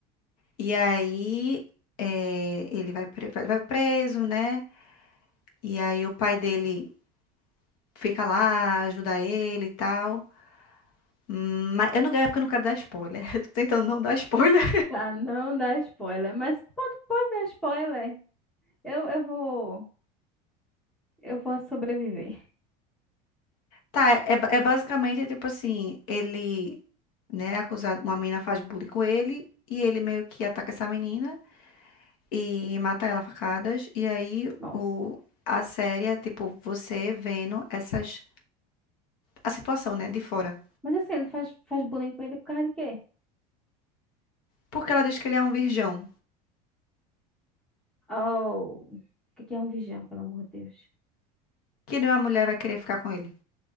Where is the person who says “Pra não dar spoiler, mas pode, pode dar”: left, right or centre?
Centre